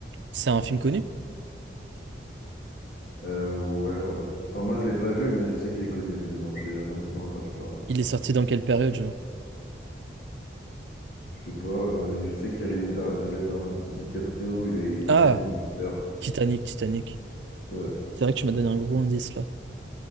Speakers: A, on the right; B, on the left.
A: c'est un film connu?
B: Euh, ouais, ouais. Enfin, moi, je l'ai pas vu, mais je sais qu'il est connu vu de nom. Je l'ai- J'en ai souvent entendu parler.
A: Il est sorti dans quelle période, genre?
B: Je sais pas, euh, je sais qu'il y a Leonardo Leonardo DiCaprio, il, a- il y a une
A: Ah,
B: scène où il pleure.
A: Titanic, Titanic.
B: Ouais,
A: C'est vrai que tu m'as donné un gros indice là.